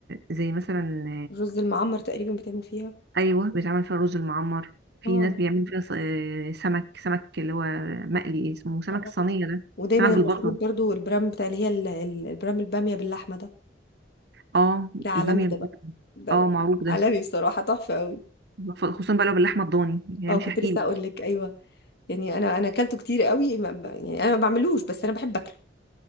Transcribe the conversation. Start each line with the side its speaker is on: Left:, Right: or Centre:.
Right: زي مثلا
Left: الرز المعمر تقريبا بتعمل فيها
Right: ايوه بيتعمل فيها رز المعمر في
Left: اه
Right: ناس بيعملوا فيها ص- آه، سمك سمك اللي هو مقلي اسمه سمك
Left: اه آه.
Right: الصينيه ده
Left: ودايما
Right: سمك بالبصل
Left: المشهور برضو البرام بتاع اللي هي ال- ال- البرام البامية باللحمة ده
Right: اه
Left: ده عالمي
Right: الباميه
Left: ده
Right: بال-
Left: بقى ده
Right: اه معروف ده
Left: عالمي بصراحة تحفة قوي
Right: خصوصا بقى لو باللحمه الضاني يعني
Left: اه
Right: مش
Left: كنت
Right: هحكي
Left: لسه
Right: لك
Left: أقول لك أيوه يعني أنا أنا أكلته كتير قوي ما- ب- يعني أنا ما بعملوش بس أنا بحب أكله